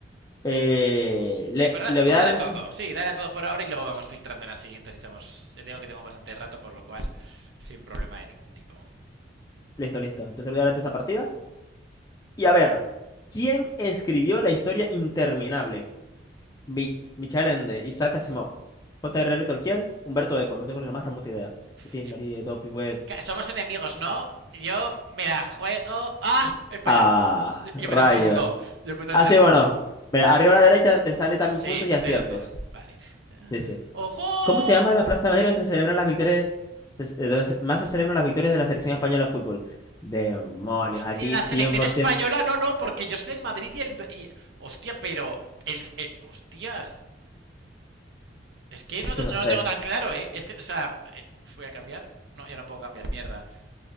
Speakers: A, on the left; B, on the right.
A: Eh,
B: Venga. Sí,
A: le,
B: pero da-
A: le voy
B: tú
A: a
B: dale
A: dar,
B: a todo. Sí, dale a todo por ahora y luego vamos filtrando en las siguientes. Echamos. Ya tengo que tengo bastante rato, por lo cual, sin problema de ningún tipo.
A: listo, listo. Entonces le voy a dar empezar partida. Y a ver, ¿quién escribió la historia interminable? Mi Michel Ende, Isaac Asimov, J.R.R. Tolkien, Humberto Eco, no tengo ni la más remota idea. Tim
B: Yo-
A: Marie, Doping Web
B: Somos enemigos, ¿no? Yo me la juego. ¡Ah! He fallado.
A: Ah,
B: Yo
A: rayos.
B: yo he puesto el segundo. Yo he puesto
A: Así,
B: el segundo.
A: bueno, mira, arriba a la derecha te sale también
B: Sí,
A: puntos y aciertos.
B: cero, cero, Vale. Eh,
A: Sí, sí.
B: ¡Ojo!
A: ¿Cómo se llama la Plaza Madero donde se celebran las victorias, se- eh, donde se- más se celebran las victorias de la selección española de fútbol? Demonios,
B: Hostia,
A: aquí
B: la
A: 100%,
B: selección española, no, no, porque yo soy del Madrid y el. y- Hostia, pero. El, eh, hostias. Es que
A: es
B: no,
A: que
B: no
A: no
B: lo
A: sé.
B: tengo tan claro, ¿eh? Es que, o sea, eh, fui a cambiar. No, ya no puedo cambiar, mierda.